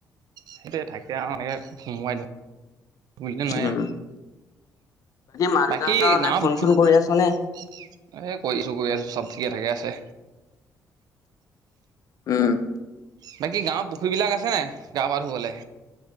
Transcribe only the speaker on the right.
সেইটোৱে। থাকে আৰু এনেকে সোমোৱাই দিওঁ। <unintelligible> লে নোৱাৱে
বাকী গাঁৱ
পু এ
কৰিছো। কৰি আছো। চব ঠিকে থাকে আছে।
বাকী গাঁৱত পুখুৰীবিলাক আছে নাই, গা-পা ধুবলে?